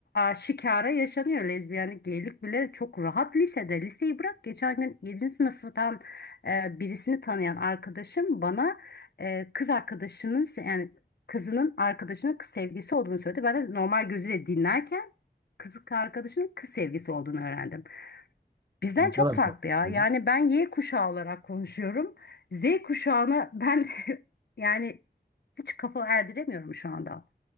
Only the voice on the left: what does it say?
şikara yaşanıyor. Lezbiyenlik, geylik bile çok rahat lisede. Liseyi bırak geçen gün yedinci sınıftan e, birisini tanıyan arkadaşım bana e, kız arkadaşının se- yani kızının arkadaşının kız sevgisi olduğunu söyledi. Ben de normal gözüyle dinlerken kız arkadaşının kız sevgisi olduğunu öğrendim. Bizden
çok
farklı
ya. Yani ben Y kuşağı olarak konuşuyorum. Z kuşağına ben <laughs> yani hiç kafa erdiremiyorum şu anda.